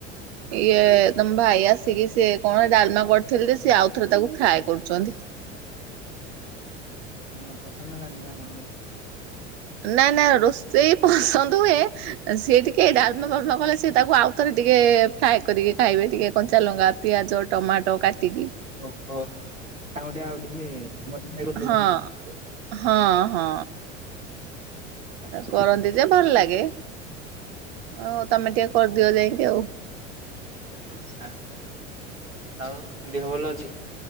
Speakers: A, on the right (about 55°); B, on the right (about 85°).
A: ଇଏ ତମ ଭାଇ ଆସିକି ସି କଣ ଡାଲମା କରିଥିଲେ ଯେ ସ ଆଉ ଥରେ ତାକୁ ଫ୍ରାଏ କରୁଛନ୍ତି। ହୁଁ ହୁଁ।
B: କାଇଁ ପସନ୍ଦହେଲାନି କି <inaudible>
A: ନା ନା ରୋଷେଇ ପସନ୍ଦ ହୁଏ ସିଏ ଟିକେ ଡାଲମା ଫାଳମ କଲେ ସିଏ ତାକୁ ଆଉଥରେ ଟିକେ ଫ୍ରାଏ କରିକି ଖାଇବେ ଟିକେ କଞ୍ଚା ଲଙ୍କା ପିଆଜ ଟମାଟୋ କାଟିକି।
B: ଓହୋ ତା ଟେ ଆଉ ଟିକେ ମଡି କରିଦଉଛନ୍ତି
A: ହଁ
B: ଆଉ।
A: ହଁ ହଁ
B: ଆଚ୍ଛା।
A: କରନ୍ତି ଯେ ଭଲ ଲାଗେ। ହଉ ତମେ ଟିକେ କରିଦିଅ ଯାଇକି ଆଉ।
B: ଆଛା ଆଉ ଦେହ ଭଲ ଅଛି?